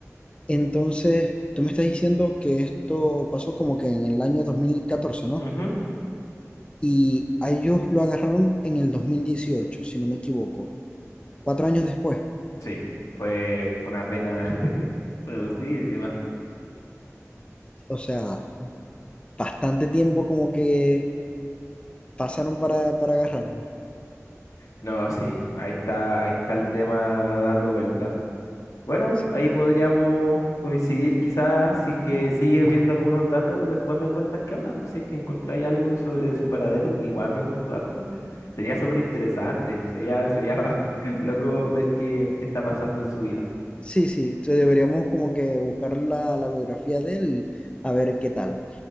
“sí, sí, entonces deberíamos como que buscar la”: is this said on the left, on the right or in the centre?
Left